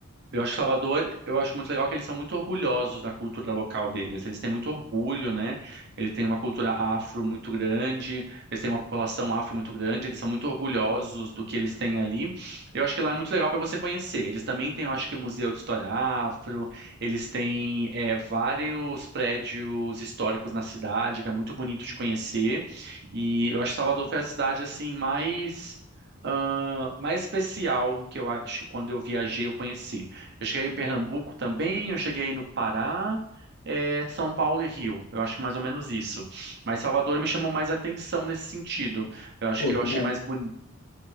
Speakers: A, on the right; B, on the left.
A: eu acho que Salvador, eu acho muito legal que eles são muito orgulhosos da cultura local deles. Eles têm muito orgulho, né? Eles têm uma cultura afro muito grande, eles têm uma população afro muito grande, eles são muito orgulhosos do que eles têm ali. Eu acho que lá é muito legal para você conhecer. Eles também têm, eu acho que, Museu de História Afro, eles têm é, vários prédios históricos na cidade, que é muito bonito de conhecer. E eu acho que Salvador foi a cidade, assim, mais... ah, mais especial que eu acho que quando eu viajei eu conheci. Eu cheguei em Pernambuco também, eu cheguei no Pará, eh, São Paulo e Rio. Eu acho que mais ou menos isso. Mas Salvador me chamou mais atenção nesse sentido. Eu acho
B: Pô,
A: que eu
B: que
A: achei
B: da hora,
A: mais bonito